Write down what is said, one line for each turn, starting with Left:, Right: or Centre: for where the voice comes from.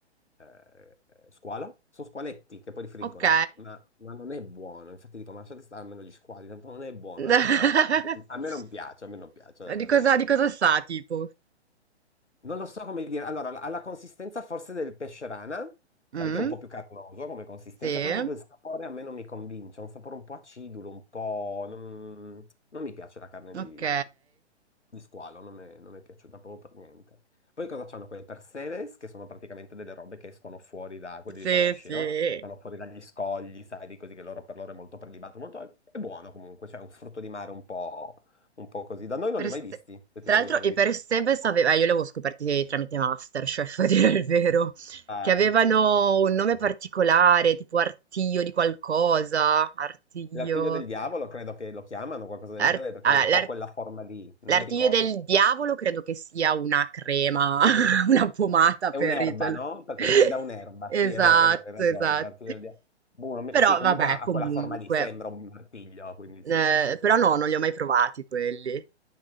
Left: eh, squalo, sono squaletti che poi li friggono,
Right: Ok.
Left: ma, ma non è buono, infatti dico, ma lasciate stare almeno gli squali, tanto non è buona
Right: <laughs>
Left: sta roba, a me non piace, a me non piace, dai,
Right: Di
Left: che non
Right: cosa,
Left: è buono.
Right: di cosa sa, tipo?
Left: Non lo so come dire. Allora, ha la consistenza forse del pesce rana, sai
Right: Mm?
Left: che è un po' più carnoso come consistenza,
Right: Sì,
Left: però proprio il sapore a me non mi convince, è un sapore un po' acidulo, un po'... Non, non mi piace la carne di,
Right: ok.
Left: di squalo, non mi non mi è piaciuta proprio per niente. Poi cosa c'hanno quei perseves, che sono praticamente delle robe che escono fuori da... quelli
Right: Sì,
Left: li conosci,
Right: sì.
Left: no? Escono fuori dagli scogli, sai, di così che loro per loro è molto prelibato, molto... è è buono comunque, cioè è un frutto di mare un po'... un po' così. Da noi non
Right: Per
Left: li ho
Right: Se-
Left: mai visti, se ti
Right: Tra
Left: devo
Right: l'altro,
Left: dire la verità.
Right: e per Sebes aveva, io li avevo scoperti tramite Masterchef, a dire il vero,
Left: Eh,
Right: che avevano un nome particolare, tipo Artio di qualcosa, Artio,
Left: L'artiglio del diavolo, credo che lo chiamano, qualcosa del
Right: Ar-
Left: genere, perché
Right: ah,
Left: ha un po'
Right: l'ar-
Left: quella forma lì, non
Right: l'Artio
Left: mi ricordo.
Right: del diavolo credo che sia una crema, <laughs> una pomata
Left: È
Right: per
Left: un'erba,
Right: Riddle.
Left: no? Perché
Right: <laughs>
Left: viene da un'erba, sì,
Right: Esatto,
Left: è vero, è vero, hai ragione,
Right: esatto.
Left: l'artiglio del diavolo. Boh, non mi-
Right: Però
Left: Sì, comunque
Right: vabbè,
Left: ha
Right: comunque.
Left: ha quella forma lì, sembra un artiglio, quindi
Right: Eh,
Left: sì, sì, sì, sì.
Right: però no, non li ho mai provati quelli.